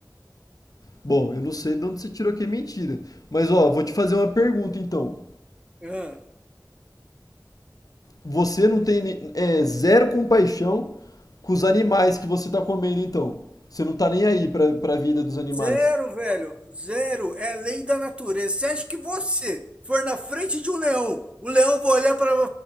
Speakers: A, on the left (about 55°); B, on the right (about 15°).
A: Bom, eu não sei de onde você tirou que é mentira. Mas ó, vou te fazer uma pergunta então.
B: Ah.
A: Você não tem é, zero compaixão com os animais que você tá comendo, então. Você não tá nem aí pra, pra vida dos animais.
B: Zero, velho. Zero. É lei da natureza. Você acha que você for na frente de um leão, o leão vai olhar pra,